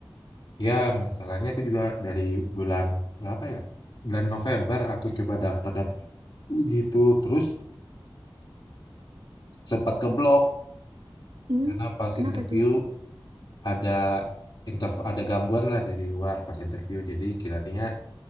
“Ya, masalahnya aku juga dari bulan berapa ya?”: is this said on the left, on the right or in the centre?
Left